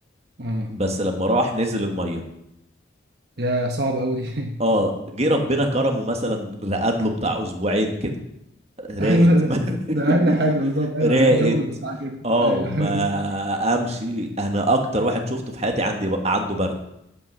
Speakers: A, on the right; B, on the right.
A: مم.
B: بس لما راح نزل الميه
A: يا صعب أوي دي
B: اه
A: <laughs>
B: جه ربنا كرمه مثلا رقد له بتاع اسبوعين كده راقد
A: أيوه ده
B: <laughs>
A: ده أقل حاجة بالظبط أيوه
B: راقد
A: لا، الجو بيبقى ساقع جدا
B: اه
A: أيوه
B: ما
A: <laughs>
B: امشي انا اكتر واحد شفته في حياتي عندي عنده برد